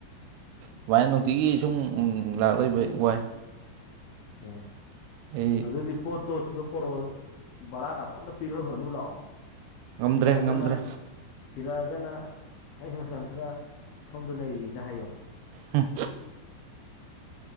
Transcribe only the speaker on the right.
ꯁꯨꯃꯥꯏꯅ ꯅꯨꯡꯇꯤꯒꯤ ꯁꯨꯝ ꯎꯝ ꯂꯥꯛ ꯂꯩꯕ ꯋꯥꯏ
ꯑꯩ
ꯉꯝꯗ꯭ꯔꯦ
ꯉꯝꯗ꯭ꯔꯦ
ꯍꯝ